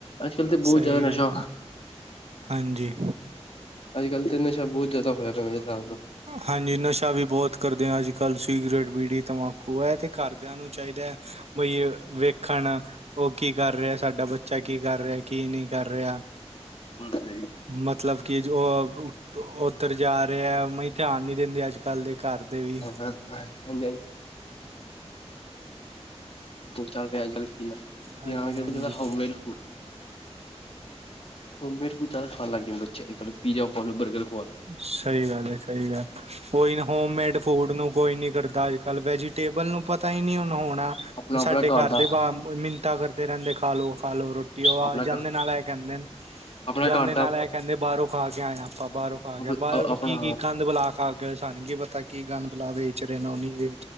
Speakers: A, on the left; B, on the right.
A: ਅੱਜ ਕੱਲ੍ਹ ਤੇ ਬਹੁਤ
B: ਸਹੀ
A: ਜ਼ਿਆਦਾ
B: ਗੱਲ।
A: ਨਸ਼ਾ
B: ਹਾਂਜੀ।
A: ਅੱਜ-ਕੱਲ੍ਹ ਤੇ ਨਸ਼ਾ ਬਹੁਤ ਜ਼ਿਆਦਾ ਹੋਇਆ ਪਿਆ ਮੇਰੇ ਹਿਸਾਬ ਨਾਲ।
B: ਹਾਂਜੀ ਨਸ਼ਾ ਵੀ ਬਹੁਤ ਕਰਦੇ ਹਾਂ ਅੱਜ-ਕੱਲ੍ਹ ਸਿਗਰਟ, ਬੀੜੀ ਤੰਬਾਕੂ ਇਹ ਤੇ ਘਰਦਿਆਂ ਨੂੰ ਚਾਹੀਦਾ ਹੈ ਬਈ ਵੇਖ -ਖਣ ਉਹ ਕੀ ਕਰ ਰਿਹਾ ਸਾਡਾ ਬੱਚਾ ਕੀ ਕਰ ਰਿਹਾ ਕੀ ਨਹੀਂ ਕਰ ਰਿਹਾ।
A: ਸਹੀ।
B: ਮਤਲਬ ਕਿ ਉਹ ਉੱਧਰ ਜ ਮਈ ਧਿਆਨ ਨਹੀਂ ਦਿੰਦੇ ਅੱਜ- ਕੱਲ੍ਹ ਦੇ ਘਰ ਦੇ ਵੀ,
A: <unintelligible> ਹਾਂਜੀ-ਹਾਂਜੀ। ਚਾਅ ਅੱਜ-ਕੱਲ੍ਹ ਹਿ
B: ਹਾਂਜੀ
A: ਯਾਂ
B: ਹਾਂਜੀ
A: home made food home made food ਜਾਦਾ ਖਾਣ ਲੱਗ ਗਏ ਬੱਚੇ ਅੱਜ-ਕੱਲ੍ਹ ਪੀਜ਼ਾ ਖਾਲੋ ਲੋ ਬਰਗਰ
B: ਸਹੀ ਗੱਲ ਏ ਸਹੀ ਗੱਲ ਕੋਈ ਨੀ ਹੋਮਮੇਡ ਫੂਡ ਨੂੰ ਕੋਈ ਨੀ ਕਰਦਾ ਅਜ ਕੱਲ੍ਹ ਵੈਜੀਟੇਬਲ ਨੂੰ ਪਤਾ ਹੀ ਨਹੀ ਹੁਣ ਹੋਣਾ
A: ਆਪਣਾ ਆਪਣਾ
B: ਸਾਡੇ ਘਰ
A: ਦਾ
B: ਦੇ ਮਿੰਨਤਾਂ ਕਰਦੇ ਰਹਿੰਦੇ ਖਾਲੋ-ਖਾਲੋ ਰੋਟੀ ਉਹ
A: ਆਪਣਾ
B: ਜਾਂਦੇ
A: ਘ-
B: ਨਾਲ ਇਹ ਕਹਿੰਦੇ ਨੇ
A: ਆਪਣਾ
B: ਜਾਂਦੇ
A: ਘਰ
B: ਨਾਲ
A: ਦਾ
B: ਇਹ ਕਹਿੰਦੇ ਬਾਹਰੋਂ ਖਾ ਕੇ ਆਏ ਆਪਾਂ ਬਾਹਰੋਂ ਪਾ
A: ਅਪ-
B: ਗਿਆ ਬਾਹਰ
A: ਅ- ਆਪਣਾ
B: ਕੀ ਗੰਦ ਬੁਲਾ ਖਾ ਕੇ ਸਾਨ ਕੀ ਪਤਾ ਕੀ ਗੰਦ ਬੁਲਾ ਵੇਚ ਰਹੇ ਨੂੰ ਨਹੀਂ ਵੇ